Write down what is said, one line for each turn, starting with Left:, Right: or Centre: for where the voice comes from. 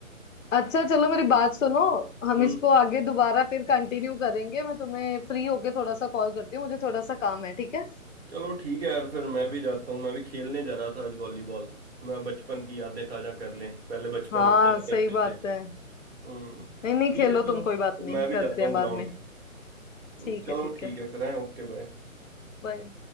Left: अच्छा चलो मेरी बात सुनो हम
Right: हम्म
Left: इसको आगे दोबारा फिर कंटिन्यू करेंगे मैं तुम्हें फ्री होके थोड़ा सा कॉल करती हूँ मुझे थोड़ा सा काम है ठीक है
Right: चलो ठीक है यार फिर मैं भी जाता हूँ मैं भी खेलने जा रहा था आज वॉलीबॉल मैं बचपन की यादें ताजा कर लें पहले बचपन
Left: हाँ
Right: में खेला
Left: सही
Right: करते
Left: बात
Right: थे
Left: है
Right: हम्म ठीक
Left: नहीं नहीं खेलो
Right: है चलो
Left: तुम कोई बात
Right: फिर
Left: नहीं
Right: मैं
Left: करते
Right: भी जाता
Left: हैं
Right: हूँ
Left: बाद
Right: ग्राउंड
Left: में
Right: हम्म,
Left: ठीक
Right: चलो
Left: है ठीक
Right: ठीक
Left: है
Right: है फिर है ओके बाय
Left: बाय